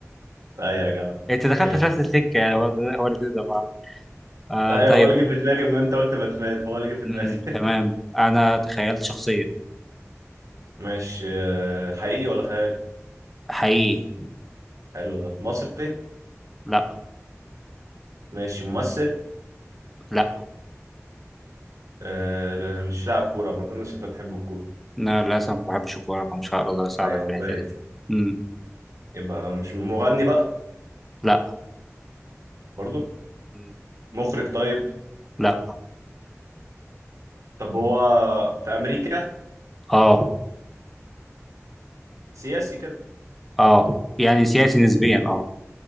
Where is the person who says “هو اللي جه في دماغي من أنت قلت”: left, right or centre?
Right